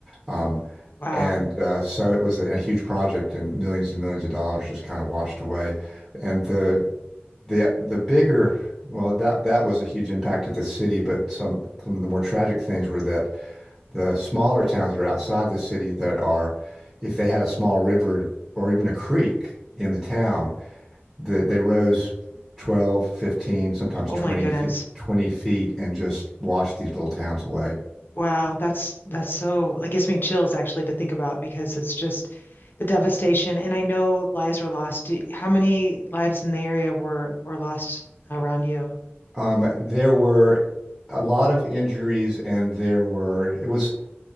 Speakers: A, in the centre; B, on the left.
A: um,
B: wow.
A: and uh, so it was a, a huge project and millions and millions of dollars just kind of washed away and the the the bigger well that that was a huge impact to the city but some some of the more tragic things were that the smaller towns that are outside the city that are if they had a small river or even a creek in the town the, they rose 12, 15, sometimes
B: Oh
A: 20
B: my goodness.
A: feet 20 feet and just washed these little towns away
B: Wow, that's that's so it gives me chills actually to think about because it's just the devastation. And I know lives were lost. Do, how many lives in the area were were lost around you?
A: um there were a lot of injuries and there were it was